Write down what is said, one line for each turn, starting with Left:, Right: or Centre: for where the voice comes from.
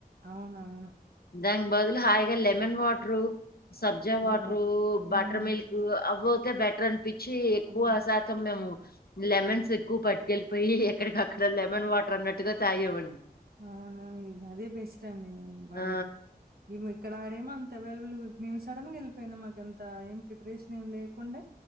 Right: అవున అవును
Left: దానికి బదులు హాయిగా లెమన్ వాటరు సబ్జా వాటరు
Right: అవును
Left: బటర్
Right: అవునవును
Left: మిల్క్ అవతే బెటర్ అనిపి చ్చి ఎక్కువ
Right: అవును
Left: శాతం మేము లెమన్స్ ఎక్కువ పటుకెళ్ళిపోయి అక్కడికి అక్కడ లెమన్ వాటర్ అన్నట్టుగా తాగవండి
Right: ఆ అవునా ఇ అదే బెస్ట్ అండి
Left: ఆ
Right: అడిగితే ఇక్కడ ఆడేమో అంత అవైలబుల్ మేము సడన్గా వెళ్ళిపోయినా మాకు అంత ఏం ప్రిపరేషన్ ఏం లేకుండా